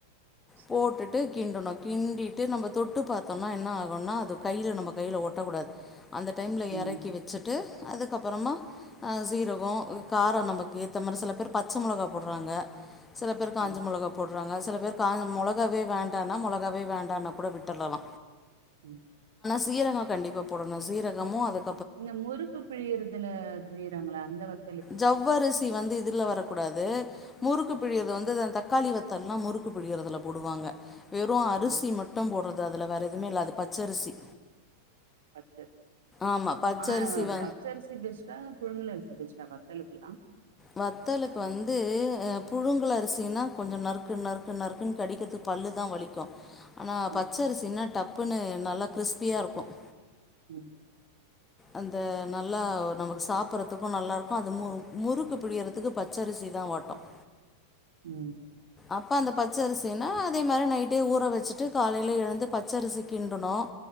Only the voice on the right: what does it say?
சரி
ம்
ம்
உம்
இந்த முறுக்கு பிழியறதுல பிழிறாங்ளா <unintelligible>
ம்
பச்சரிசி
ஆனா
பச்சரிசி பெஸ்ட்டா புழுங்கல் அரிசி பெஸ்ட்டா வத்தலுக்கலாம்
ம்
உம்
உம்